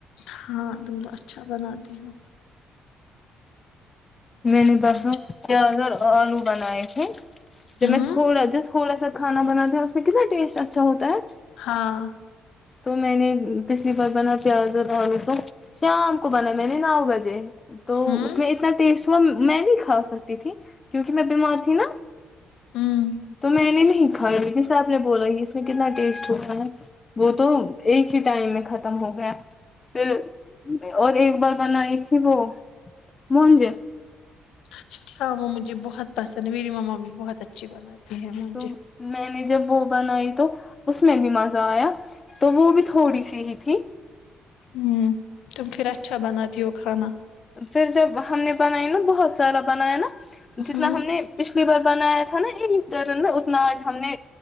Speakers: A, on the left; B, on the left.
A: ہاں تم کو اچھا بناتی ہو
B: میں نے
A: سب
B: پرسوں
A: کچھ
B: کیا کر آلو بنائے تھ ج
A: ہوں
B: میں تھوڑا جا تھوڑا سا کھانا بنات ہیں اس میں کتنا ٹیسٹ اچھا ہوتا ہے
A: ہاں
B: تو میں نے پچھلی بار بنا پیاز و دلو تو شام کو بنا میں نے نو بجے تو
A: ہاں
B: اس میں اتنا ٹیسٹ وہ میں نہیں کھا رکتی تھی کیونکہ میں بیمار تھی نا
A: ہوں
B: تو میں نے نہیں ہ لیکن صاحب نے بولا اس میں کتنا ٹیسٹ ہوا ہے وہ تو ایک ہی ٹائم میں ختم ہو گیا پھر اور ایک بار بنائی تھی وہ مجے
A: اچا ہاں وہ مجھے بہت پسند ہے میری مما بھی بہت اچھی بناتی ہے مجھے
B: تو میں نے جب وہ بنائی تو اس میں بھی مزہ آیا تو وہ بھی تھوڑی سی ہی تھی
A: ہوں تم پھر اچھا بناتی ہو کھانا
B: پھر جب ہم نے بنائی نا بہت سارا بنایا نا جتنا
A: ہوں
B: ہم نے پچھلی بار بنایا تھا نا ایک ترن اتنا آج ہم نے